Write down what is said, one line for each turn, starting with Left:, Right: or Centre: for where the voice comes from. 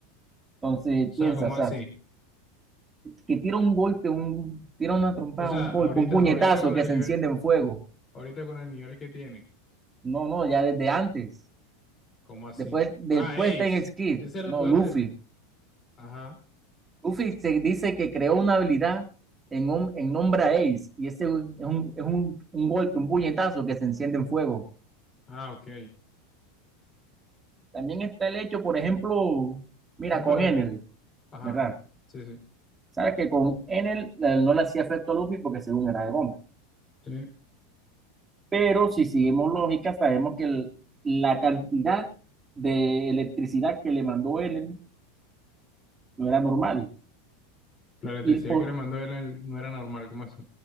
Right: Entonces
Left: sea,
Right: piensa,
Left: ¿cómo
Right: o sea,
Left: así?
Right: que tira un golpe, un, tira una trompada,
Left: O sea,
Right: un golpe,
Left: ahorita,
Right: un puñetazo
Left: ahorita con
Right: que
Left: el
Right: se
Left: nivel,
Right: enciende en fuego.
Left: ahorita con el nivel que tiene,
Right: No, no, ya desde antes.
Left: ¿cómo así?
Right: Después, después
Left: Ah, Ace.
Right: está en Skid.
Left: Ese era
Right: No,
Left: el poder
Right: Luffy.
Left: del. Ajá.
Right: Luffy se dice que creó una habilidad en, un, en nombre a Ace. Y ese es, un, es un, un golpe, un puñetazo que se enciende en fuego.
Left: Ah, ok.
Right: También está el hecho, por ejemplo, mira,
Left: No, pero
Right: con Enel,
Left: el- ajá.
Right: ¿verdad?
Left: Sí, sí.
Right: Sabes que con Enel eh, no le hacía efecto a Luffy porque según era de goma.
Left: Sí.
Right: Pero si seguimos lógica, sabemos que el- la cantidad de electricidad que le mandó Ellen no era normal.
Left: La electricidad
Right: Y por,
Left: que
Right: o
Left: le mandó él en- no era normal, ¿cómo así?